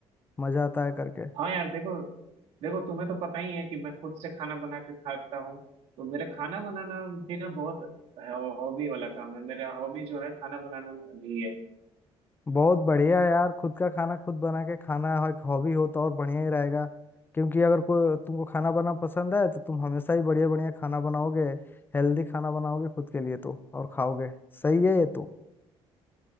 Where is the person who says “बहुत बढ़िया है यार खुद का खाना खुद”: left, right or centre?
Left